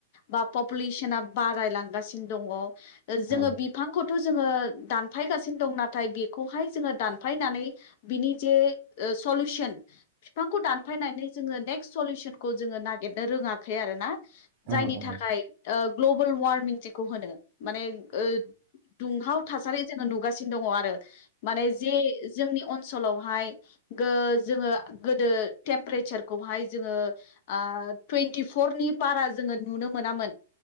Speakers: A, on the left; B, on the right.
A: बा पपुलेसना बारायलांगासिनो दङ। जोङो
B: औ
A: बिफांखौ थ' जोङो दानफायगासिनो दं नाथाय बेखौहाय जोङो दान फायनानै बिनि जे सलुसन बिफांखौ दानफायनानै जोङो नेक्स्ट सलिउसनखौ जोङो नागिरनो रोङाखै आरो ना।
B: औ
A: जायनि थाखाय
B: औ
A: ओ ग्लबोल वार्मिं जेखौ होनो। माने ओ दुंहाव थासारि जोङो नु गासिनो दङ आरो माने जे जोंनि अनस'लावहाय गो जोङो गोदो टेमप्रेचारखौहाय जोङो ओ टुइन्टिफरनि बारा जोङो नुनो मोनामोन।